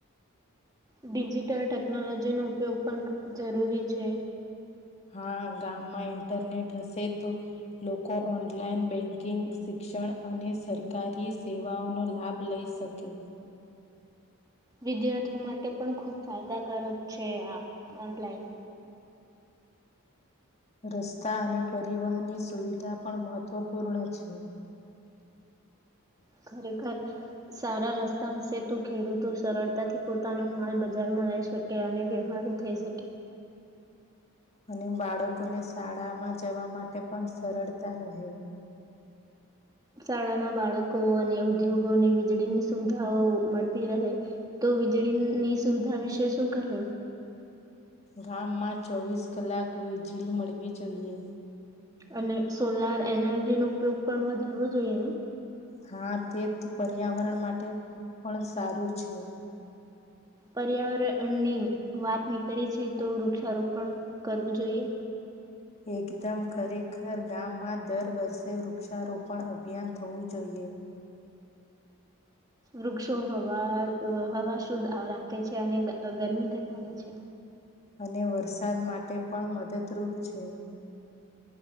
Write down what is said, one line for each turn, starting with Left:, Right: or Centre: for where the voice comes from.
Right: ડિજિટલ ટેકનોલોજીનો ઉપયોગ પણ જરૂરી છે.
Left: હા ગામમાં ઇન્ટરનેટ હશે તો, લોકો ઓનલાઈન બેંકિંગ, શિક્ષણ અને સરકારી સેવાઓનો લાભ લઈ શકે.
Right: વિદ્યાર્થીઓ માટે પણ ખુબ ફાયદાકારક છે આ ઓનલાઈન.
Left: રસ્તા અને પરિવહનની સુવિધા પણ મહત્વપૂર્ણ છે.
Right: ખરેખર, સારા રસ્તા હશે તો ખેડૂતો સરળતાથી પોતાનો માલ બજારમાં લઈ શકે અને વ્યવહારો થઈ શકે.
Left: અને બાળકોને શાળામાં જવા માટે પણ સરળતા રહે.
Right: શાળાના બાળકો અને ઉદ્યોગોને વીજળીની સુવિધાઓ મળતી રહે, તો વીજળીની સુવિધા વિશે શું કહેવ?
Left: ગામમાં ચોવીસ કલાક વીજળી મળવી જોઈએ.
Right: અને સોલાર એનર્જીનો ઉપયોગ પણ વધારવો જોઈએ ને.
Left: હા તે પર્યાવરણ માટે પણ સારું છે.
Right: પર્યાવરણની વાત નીકળે છે તો વૃક્ષારોપણ કરવું જોઈએ.
Left: એકદમ ખરેખર ગામમાં દર વર્ષે વૃક્ષારોપણ અભિયાન થવું જોઈએ.
Right: વૃક્ષો હવા હવા શુદ્ધ રાખે છે અને ગરમી ઘટાડે છે.
Left: અને વરસાદ માટે પણ મદદરૂપ છે.